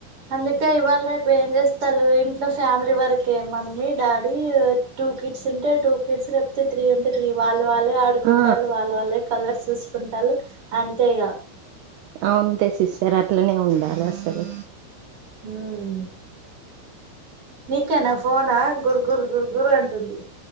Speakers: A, on the right; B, on the right.
A: అందుకే ఇవాల్ రేప్ ఏం జేస్తల్లు ఇంట్లో ఫ్యామిలీ వరకే, మమ్మీ డాడీ టూ కిడ్స్ ఉంటే టూ కిడ్స్ లేపుతే త్రీ ఉంటే త్రీ, వాల్ వాళ్ళే ఆడుకుంటల్లు
B: ఆ
A: వాళ్ళు వాళ్ళే కలర్స్ చూసుకుంటాల్లు అంతే ఇగ
B: ఆ అంతే సిస్టర్ అట్లనే ఉండాలె అసలు
A: ఉమ్ నీకేనా ఫోనా, గుర్ గుర్ గుర్ గుర్ అంటుంది.